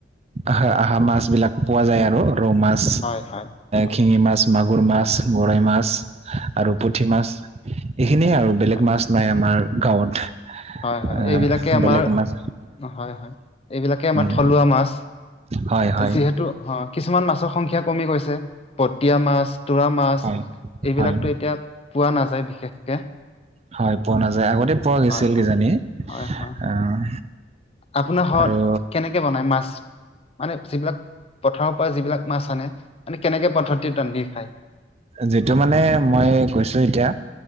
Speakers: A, on the right (about 35°); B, on the left (about 35°).
A: আহ আহা মাছ বিলাক পোৱা যায় আৰু ৰৌ মাছ,
B: হয় হয় হয়
A: শিঙি মাছ, মাগু কুৰ মাছ, গৰৈ মাছ আৰু পুঠি মাছ। এইখিনিয়ে আৰু বেলেগ
B: হয়
A: মাছ নাই আমাৰ গাঁৱত
B: হয় হয়
A: আহ
B: এইবিলাকে আমাৰ
A: বেলেগ মাছ
B: হয়, হয়। এইবিলাকে আমাৰ
A: উম,
B: থলুৱা মাছ
A: হয়, হয়,
B: যিহেতু অ কিছুমান মাছৰ সংখ্যা কমি গৈছে পতিয়া মাছ, তোৰা মাছ।
A: হয়,
B: এইবিলাকতো
A: হয়।
B: এতিয়া পোৱা নাযায় বিশেষকে।
A: হয় পোৱা নাযায়, আগতে পোৱা গৈছিল
B: হয় হয়
A: কিজানি
B: হয় হয়
A: আহ
B: আপোনাৰ ঘৰত
A: আৰু
B: কেনেকে বনাই মাছ মানে যিবিলাক পথাৰৰ পৰা যিবিলাক মাছ আনে মানে কেনেকে পদ্ধাৰতি ৰান্ধি খায়।
A: যিটো মানে মই কৈছো এতিয়া